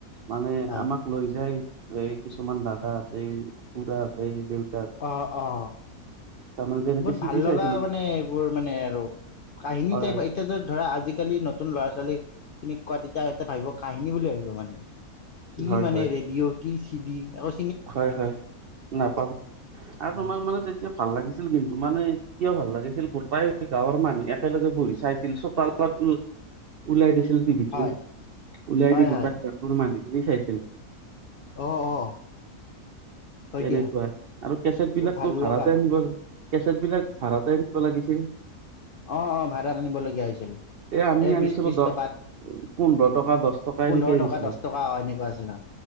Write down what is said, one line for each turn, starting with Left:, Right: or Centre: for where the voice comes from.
Right: মানে
Left: হয়
Right: আমাক লৈ যায় এ কিছুমান দাদা আছে খুৰা হেতে-
Left: অ অ।
Right: তাৰমানে তেনেকে
Left: বহুত
Right: চিৰি
Left: ভাল লগা
Right: চাইছিলো
Left: মানে এইবোৰ মানে আৰু, কাহিনী
Right: হয়
Left: টাইপ এতিয়া য ধৰা আজিকালিটো- নতুন ল'ৰা ছোৱালী, খিনিক কোৱা তেতিয়া এটা ভাবিব কাহিনী বুলি ভাবিব মানে- কি
Right: হয়
Left: মানে
Right: হয়
Left: ৰেডিঅ' কি চিডি অ-
Right: হয় হয়, নাপাম আৰু
Left: উম,
Right: তোমাৰ মানে তেতিয়া- ভাল লাগিছিল কিন্তু মানে কিয় ভাল লাগিছিল গোটাই গাঁৱৰ মানুহ একেলগে বহি চাইছিল চোতাল- ওলাই দিছিল টিভিটো,
Left: হয়
Right: ওলাই
Left: হয়
Right: দি গোট
Left: হয়
Right: সিহঁতৰ মানুহখিনি চাইছিল।
Left: অ অ। হয়
Right: তেনেকুৱা,
Left: দিয়া
Right: আৰু কেচেট বিলাকতো
Left: খুব ভাল
Right: ভাড়াতে
Left: লগা
Right: আনিব লাগে- কেচেট বিলাক ভাড়াতে আনিব লাগিছিল?
Left: আহ আহ ভাড়াত আনিবলগীয়া হৈছিল,
Right: আমি
Left: এ
Right: আনিছিলো
Left: বিশ ত্ৰিশ
Right: দহ
Left: টকাত।
Right: পোন্ধৰ টকা দহ টকা
Left: পোন্ধৰ
Right: এনেকে আনিছিলো
Left: টকা দহ টকা এনেকুৱা আছিল